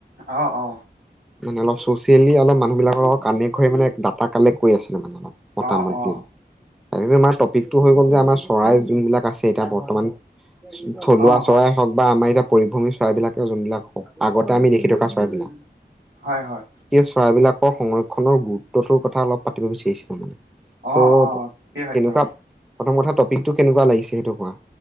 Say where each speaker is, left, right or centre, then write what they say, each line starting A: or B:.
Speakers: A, on the right; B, in the centre.
A: অ অ
B: মানে অলপ চচিয়েলি অলপ মানুহ বিলাকৰ লগত কানেক্ট হৈ মানে ডাটা কালেক্ট কৈ আছিলো মানে অলপ মতামত
A: অ অ
B: দ ত আমাৰ টপিকটো হৈ গ'ল যে আমাৰ চৰাই যোনবিলাক আছে এতিয়া বৰ্তমান থলুৱা
A: অ
B: চৰাই
A: হয়
B: হওক বা আমাৰ এতিয়া পৰিভ্ৰূমী চৰাইবিলাকেও যোনবিলাক হওক আগতে আমি দেখি থকা ছোৱইবিলাক
A: হয় হয়
B: চৰাবলাকৰ সংৰক্ষনৰৰ গুৰুত্বটোৰ কথা অলপ পাতিব বিচাৰিছিলো মানে
A: অ
B: চ
A: অ ঠিকেই ভাবিছা
B: কেনেকুৱা
A: বাৰু
B: প্ৰথম কথা টপিকটো কেনেকুৱা লাগিছে সেইটো কোৱা